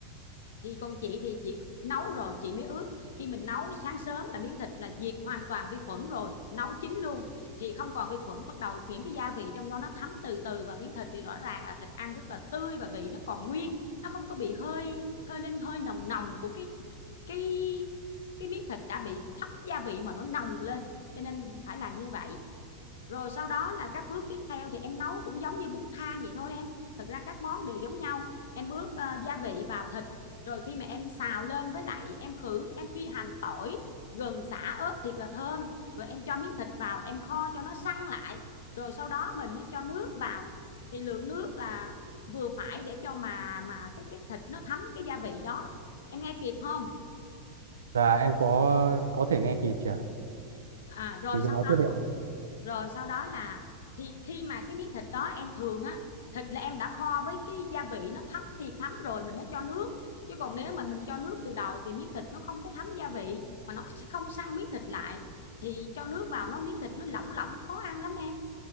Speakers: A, on the left; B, on the right.
A: thì còn chị thì chị nấu rồi chị mới ướp khi mình nấu sáng sớm là miếng thịt là diệt hoàn toàn vi khuẩn rồi nấu chín luôn thì không còn vi khuẩn bắt đầu những cái gia vị trong đó nó thấm từ từ vào miếng thịt thì rõ ràng là thịt ăn rất là tươi và vị nó còn nguyên nó không có bị hơi hơi lên hơi nồng nồng của cái cái cái miếng thịt đã bị thấm gia vị mà nó nồng lên cho nên phải làm như vậy rồi sau đó là các bước tiếp theo thì em nấu cũng giống như bún thang vậy thôi em thực ra các món đều giống nhau em ướp ờ, gia vị vào thịt rồi khi mà em xào lên với lại em khử em phi hành tỏi gừng sả ớt thiệt là thơm rồi em cho miếng thịt vào em kho cho nó săn lại rồi sau đó mình mới cho nước vào thì lượng nước là vừa phải để cho mà mà cái cái thịt nó thấm cái gia vị đó em nghe kịp không
B: và em có có thể nghe kịp chưa
A: à rồi
B: chị cứ
A: sau
B: nói tiếp đi ạ
A: rồi sau đó là thì khi mà cái miếng thịt đó em thường á thịt là em đã kho với cái gia vị nó thấm thì thấm rồi mình mới cho nước chứ còn nếu mà mình cho nước từ đầu thì miếng thịt nó không có thấm gia vị mà nó không săn miếng thịt lại thì cho nước vào nó miếng thịt nó lỏng lỏng khó ăn lắm em